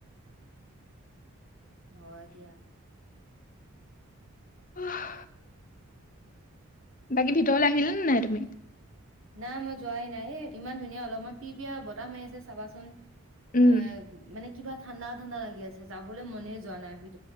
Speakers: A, on the right; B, on the left.
A: হয়', দিয়া।
B: আহ', বাকী ভিতৰলৈ আহিলা নে', নাই তুমি?
A: নাই মই', যোৱাই নাই এ', ইমান ধুনীয়া অলপমান পি-পিয়া বতাহ মাৰি আছে, চাবাচোন।
B: উম
A: অ', মানে কিবা ঠাণ্ডা-ঠাণ্ডা লাগি আছে যাবলৈ মনেই যোৱা নাই ভিতৰ